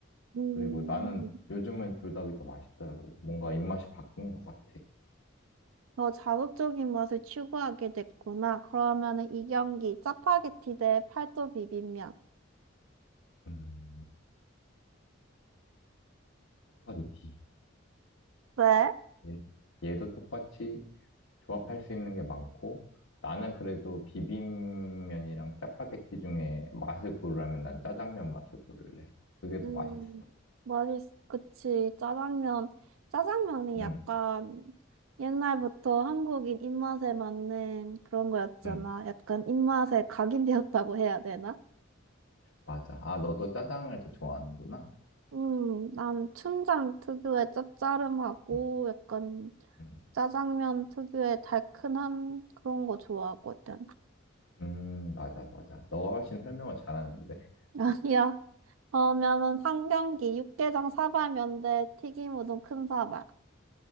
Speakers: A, on the right (about 80°); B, on the left (about 75°).
A: 음.
B: 그리고 나는 요즘엔 불닭이 더 맛있더라고. 뭔가 입맛이 바뀐 것 같아.
A: 더 자극적인 맛을 추구하게 됐구나. 그러면은 이 경기 짜파게티 대 팔도 비빔면.
B: 음, 짜파게티.
A: 왜?
B: 얘, 얘도 똑같이 조합할 수 있는 게 많고, 나는 그래도 비빔면이랑 짜파게티 중에 맛을 고르라면 난 짜장면 맛을 고를래. 그게 더
A: 음,
B: 맛있어.
A: 맛있, 그치. 짜장면. 짜장면이
B: 응,
A: 약간 옛날부터 한국인 입맛에 맞는 그런 거였잖아.
B: 응,
A: 약간 입맛에 각인되었다고 해야 되나?
B: 맞아. 아, 너도 짜장을 더 좋아하는구나.
A: 음, 난 춘장 특유의 짭짜름하고
B: 응,
A: 약간
B: 응.
A: 짜장면 특유의 달큰한 그런 거 좋아하거든.
B: 음, 맞아, 맞아. 너가 훨씬 설명을 잘하는데.
A: <laughs> 아니야. 그러면은 상경기, 육개장 사발면대, 튀김 우동 큰 사발.